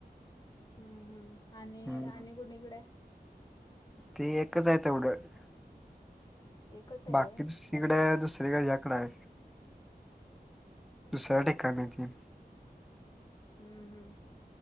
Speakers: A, on the left; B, in the centre.
A: हम्म, हम्म, आणि
B: हम्म
A: आणि कोणीकडे,
B: ते एकच आहे तेवढं.
A: एकच आहे
B: बाकी
A: होय?
B: दुसरीकडं, दुसरीकडं हेच्या इकड हाय. दूसर्या ठिकाणी ती
A: हम्म, हम्म